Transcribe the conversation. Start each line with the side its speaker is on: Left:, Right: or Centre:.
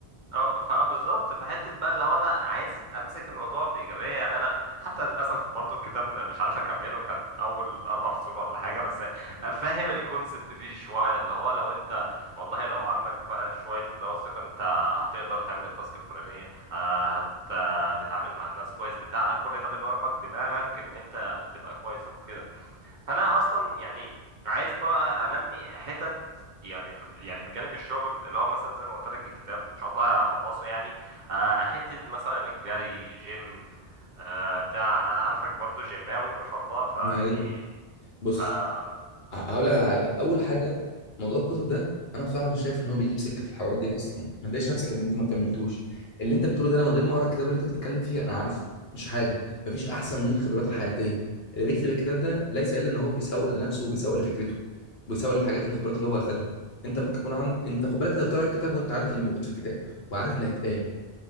Right: اه فبالظبط في حته بقى اللي هو انا عايز امسك الموضوع بايجابيه يعني انا حتى للاسف برضو الكتاب مش عارف اكمله كان اول اربع فصول ولا حاجه بس فاهم الكونسبت فيه شويه اللي هو لو انت والله لو عندك بقى شويه اللي هو الثقه انت هتقدر تعمل التاسك الفلانيه آه، هت- هتتعامل مع الناس كويس بتاع كل ده بيبرمج دماغك ان انت تبقى كويس وفي كده فانا اصلا يعني عايز بقى انمي حتت يعني في يعني بجانب الشغل اللي هو مثلا زي ما قلت لك الكتاب ان شاء الله هخلصه يعني آه، حته مثلا الجري جيم آه، بتاع انا عارفك برضو جيماوي ما شاء الله فيعني
Left: ما هي- بص
Right: ف قول
Left: ه- هقول لك على حاجه اول حاجه موضوع الكتب ده انا بصراحه مش شايف ان هو بيجيب سكه في الحوارات دي اصلا ما تضايقش نفسك ان انت ما كملتوش اللي انت بتقوله ده انا من غير ما اقرا الكتاب اللي انت بتتكلم فيه انا عارفه مش حاجه مفيش احسن من الخبرات الحياتيه اللي بيكتب الكتاب ده ليس الا ان هو بيسوق لنفسه وبيسوق لفكرته وبيسوق للحاجات الخبرات اللي هو اخدها انت ممكن يكون عن انت خد بالك انت بتقرا الكتاب وانت عارف اللي موجود في الكتاب وعارف اللي هيتقال